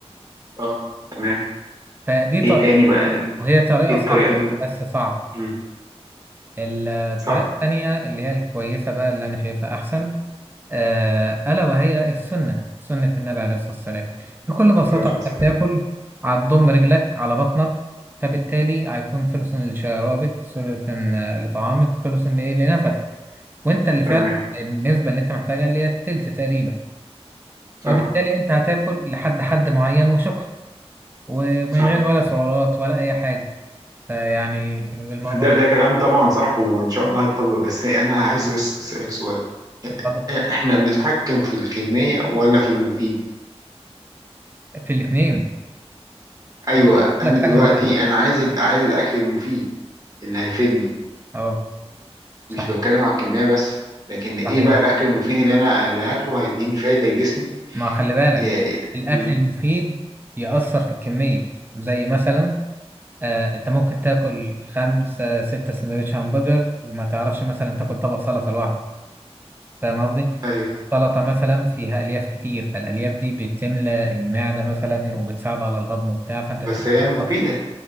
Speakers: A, on the right (about 35°); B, on the right (about 20°).
A: اه تمام
B: فدي طريقة
A: ايه تاني بقى ال-
B: وهي طريقة
A: ايه الطريقة
B: صح
A: الم...
B: بس صعبة
A: مم.
B: الطريقة
A: صح
B: التانية اللي هي الكويسة بقى اللي أنا شايفها أحسن آه، ألا وهي السنة سنة النبي عليه الصلاة والسلام بكل بساطة
A: صح صح صح.
B: أنت بتاكل هتضم رجلك على بطنك فبالتالي هيكون ثلث لشرابك ثلث آه، لطعامك ثلث لإيه لنفسك وأنت اللي فعلا
A: تمام
B: النسبة اللي أنت محتاجها اللي هي التلت تقريبا
A: صح
B: وبالتالي أنت هتاكل لحد حد معين وشكرا ومن
A: صح
B: غير ولا سعرات ولا أي حاجة فيعني الموضوع
A: ده ده كلام طبعا صح وان شاء الله هيتطبق بس انا عايز بس اسألك سؤال
B: اتفضل
A: احنا بنتحكم في الكمية ولا في المفيد
B: في الاتنين
A: ايوه
B: وبعدين أقول لك
A: انا
B: حاجة
A: دلوقتي
B: معينة
A: انا عايز ال- عايز الاكل المفيد اللي هيفيدني
B: أه صحيح
A: مش بتكلم على الكمية بس لكن ايه
B: صحيح
A: بقى الاكل المفيد اللي انا اللي هاكله هيديني فايدة لجسمي
B: ما خلي بالك
A: إيه.
B: الأكل
A: مم.
B: المفيد يأثر في الكمية زي مثلا آه، أنت ممكن تاكل خمسة ستة سندوتش همبرجر وما تعرفش مثلا تاكل طبق سلطة لوحده فاهم قصدي؟
A: ايوه
B: سلطة مثلا فيها ألياف كتير فالألياف دي بتملى المعدة مثلا وبتساعد على الهضم وبتاع فأنت تحس
A: بس هي
B: إنها
A: المفيدة